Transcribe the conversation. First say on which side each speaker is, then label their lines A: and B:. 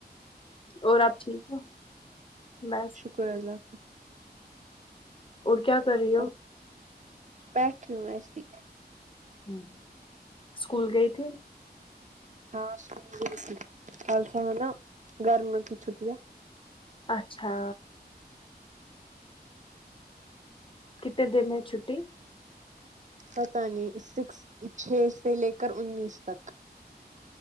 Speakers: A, on the left; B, on the right.
A: اور آپ ٹھیک ہیں بس
B: کوئی الگ
A: اور کیا کر رہی ہو
B: اور بیٹھی ہوں ایسی
A: ہ اسکول گئی تھی
B: ہاں بالکل ایسا ہے نا گرم کی چھٹیاں
A: اچھا کتنے دن ہے چھٹی
B: پتہ نہیں سکس چھ سے لے کر انیس تک